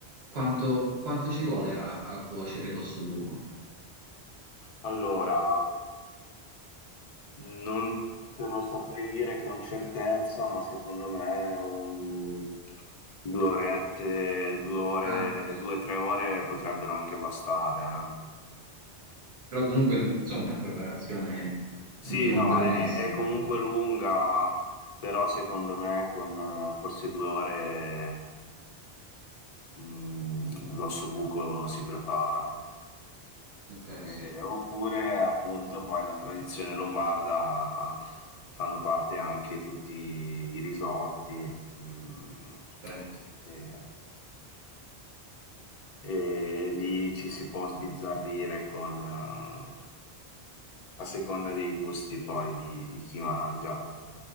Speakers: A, on the right; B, on the left.
A: quanto, quanto ci vuole a, a cuocere l'osso buco?
B: Allora, non te lo saprei dire con certezza, ma secondo me un 2 orette, 2 ore,
A: Ah, ok.
B: 2-3 ore potrebbero anche bastare,
A: ok.
B: eh.
A: Però comunque, insomma, è una preparazione n-
B: Sì,
A: non
B: no,
A: brevissima,
B: è è- è comunque
A: ecco.
B: lunga, però secondo me con eh, forse 2 ore mm, l'ossobuco si prepara.
A: Ok,
B: Ehm,
A: sì,
B: oppure appunto poi la tradizione lombarda fanno parte anche tutti i risotti, mhmm,
A: certo,
B: ehm e lì ci si può sbizzarrire con eh, a seconda dei gusti poi di di chi mangia.